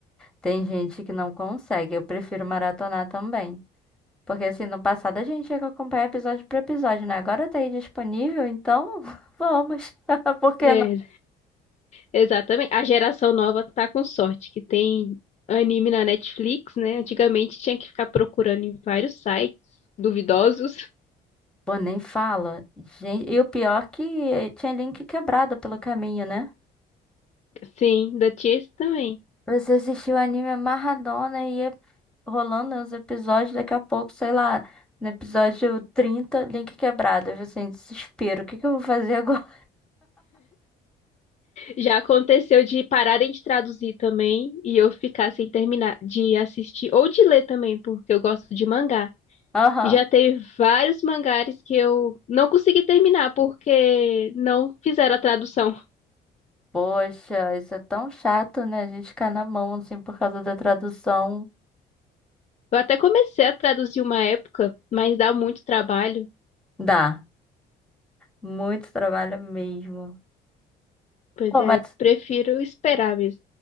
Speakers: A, in the centre; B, on the left.
A: tem gente que não consegue. Eu prefiro maratonar também. Porque assim, no passado a gente tinha que acompanhar episódio por episódio, né? Agora tá aí disponível, então <laughs> vamos. <laughs> Por que
B: É, Exatamente. A geração nova tá com sorte, que tem anime na Netflix, né? Antigamente tinha que ficar procurando em vários sites duvidosos.
A: Pô, nem fala. Gente, e o pior que eh, tinha link quebrado pelo caminho, né?
B: <laughs> Sim, ainda tinha esse também.
A: Você assistiu o anime amarradona e ia rolando os episódios, daqui a pouco, sei lá, no episódio 30 link quebrado. Eu assim, desespero, o que que eu vou fazer agora?
B: Já aconteceu de pararem de traduzir também e eu ficar sem terminar de assistir ou de ler também, porque eu gosto de mangá.
A: <laughs> Aham.
B: E Já teve vários mangares que eu não consegui terminar porque não fizeram a tradução.
A: Poxa, isso é tão chato, né? A gente ficar na mão, assim, por causa da tradução.
B: Eu até comecei a traduzir uma época, mas dá muito trabalho.
A: Dá. Muito trabalho mesmo.
B: Pois
A: Pô,
B: é,
A: mas.
B: eu prefiro esperar mesmo.